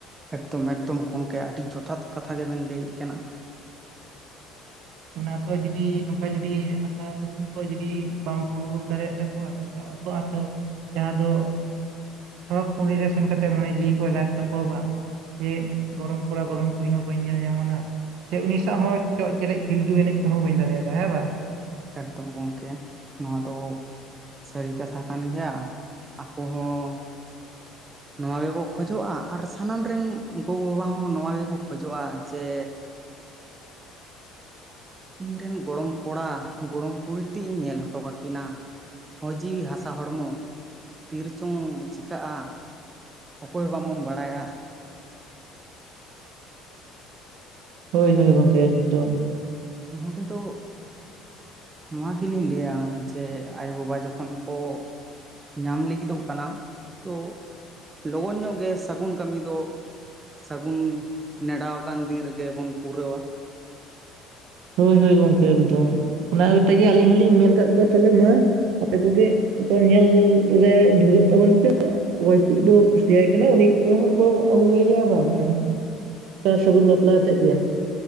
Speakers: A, on the right (about 25°); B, on the right (about 70°).
A: ᱮᱠᱫᱚᱢ ᱮᱠᱫᱚᱢ ᱜᱚᱝᱠᱮ ᱟᱹᱰᱤ ᱡᱚᱛᱷᱟᱛ ᱠᱟᱛᱷᱟ ᱜᱮᱵᱮᱱ ᱞᱟᱹᱭᱮᱜ ᱠᱟᱱᱟ ᱾
B: ᱚᱱᱟ ᱠᱚ ᱡᱩᱫᱤ ᱱᱚᱝᱠᱟ ᱡᱩᱫᱤ ᱟᱥᱟ ᱠᱩᱠᱢᱩ ᱠᱚ ᱡᱩᱫᱤ ᱵᱟᱢ ᱯᱩᱨᱟᱹᱣ ᱫᱟᱲᱮᱭᱟᱜ ᱛᱟᱠᱚᱣᱟ ᱛᱟᱦᱞ ᱩᱝᱠᱩ ᱟᱛᱚ ᱛᱟᱸᱦᱮᱸ ᱫᱚ ᱥᱚᱨᱚᱠ ᱯᱩᱨᱤ ᱨᱮ ᱥᱮᱱ ᱠᱟᱛᱮᱡ ᱢᱚᱱᱮ ᱡᱤᱣᱤ ᱠᱚᱭ ᱨᱟᱠ ᱛᱟᱠᱚᱣᱟ ᱵᱟ ᱡᱮ ᱜᱚᱲᱚᱢ ᱠᱚᱲᱟ ᱜᱚᱲᱚᱢ ᱠᱩᱲᱤ ᱦᱚᱸ ᱵᱟᱹᱧ ᱧᱮᱞ ᱧᱟᱢᱟᱱᱟᱜ ᱥᱮ ᱩᱱᱤ ᱥᱟᱶ ᱦᱚᱸ ᱪᱚᱜ ᱪᱮᱨᱮᱡ ᱠᱷᱤᱞᱰᱩ ᱮᱱᱮᱡ ᱛᱮᱦᱚᱸ ᱵᱟᱹᱧ ᱫᱟᱲᱮᱭᱟᱫᱟ ᱦᱮᱸ ᱵᱟ
A: ᱮᱠᱫᱚᱢ ᱜᱚᱝᱠᱮ ᱱᱚᱣᱟ ᱫᱚ? ᱥᱟᱹᱨᱤ ᱠᱟᱛᱷᱟ ᱠᱟᱱ ᱜᱮᱭᱟ ᱟᱠᱚ ᱦᱚᱸ
B: <unintelligible>
A: ᱱᱚᱶᱟ ᱜᱮᱠᱚ ᱠᱷᱚᱡᱚᱜ-ᱟ ᱟᱨ ᱥᱟᱱᱟᱢ ᱨᱮᱱ ᱜᱚᱜᱚ-ᱵᱟᱵᱟ ᱦᱚᱸ ᱱᱚᱶᱟ ᱜᱮᱠᱚ ᱠᱷᱚᱡᱚᱜ-ᱟ ᱡᱮ ᱤᱧ ᱨᱮᱱ ᱜᱚᱲᱚᱢ ᱠᱚᱲᱟ ᱜᱚᱲᱚᱢ ᱠᱩᱲᱤ ᱢᱤᱛ ᱛᱤ ᱧᱮᱞ ᱚᱴᱚ ᱠᱟᱹᱠᱤᱱᱟ᱾ ᱦᱚᱭ ᱡᱤᱣᱤ ᱦᱟᱥᱟ ᱦᱚᱲᱢᱚ ᱛᱤᱨᱮ ᱪᱚᱝ ᱪᱤᱠᱟᱜ-ᱟ? ᱚᱠᱚᱭ ᱵᱟᱝ ᱵᱚᱱ ᱵᱟᱲᱟᱭᱟ?
B: ᱦᱚᱭ ᱦᱚᱭ ᱜᱚᱝᱠᱮ ᱮᱠᱫᱚᱢ ᱾
A: ᱱᱚᱸᱰᱮ ᱫᱚ ᱱᱚᱶᱟ ᱞᱤᱱ ᱤᱧ ᱞᱟᱹᱭᱟ ᱡᱮ ᱟᱭᱳ-ᱵᱟᱵᱟ ᱡᱚᱠᱷᱚᱱ ᱠᱚ ᱧᱟᱢ ᱞᱟᱹᱜᱤᱫᱚᱜ ᱠᱟᱱᱟ ᱛᱚ ᱞᱚᱜᱚᱱ ᱧᱚᱜ ᱜᱮ ᱥᱟᱹᱜᱩᱱ ᱠᱟᱹᱢᱤ ᱫᱚ ᱥᱟᱹᱜᱩᱱ ᱱᱮᱰᱟᱣ ᱟᱠᱟᱱ ᱫᱤᱱ ᱨᱮᱜᱮ ᱵᱚᱱ ᱯᱩᱨᱟᱹᱣᱟ᱾
B: ᱦᱚᱭ ᱦᱚᱭ ᱜᱚᱝᱠᱮ ᱮᱠᱫᱚᱢ ᱚᱱᱟ ᱠᱟᱛᱮ ᱜᱮ ᱟᱹᱞᱤᱧ ᱦᱚᱞᱤᱧ ᱢᱮᱱ ᱠᱟᱫ ᱠᱚᱣᱟ ᱛᱟᱦᱚᱞᱮ ᱢᱟ ᱟᱯᱮ ᱠᱚᱜᱮ ᱛᱚ ᱧᱮᱞ ᱨᱮ ᱫᱷᱩᱨᱟᱹᱜ ᱛᱟᱵᱚᱱ ᱯᱮ ᱚᱠᱚᱭ ᱪᱮᱫ ᱵᱚ ᱠᱩᱥᱤᱭᱟᱭ ᱠᱟᱱᱟ ᱩᱱᱤ ᱠᱚᱜᱮ ᱦᱟᱸᱜ ᱵᱚ ᱟᱹᱜᱩᱟᱭᱮᱭᱟ ᱵᱟᱝ ᱦᱮᱸ ᱥᱟᱨ ᱥᱟᱹᱜᱩᱱ ᱵᱟᱯᱞᱟ ᱛᱮᱜ ᱜᱮ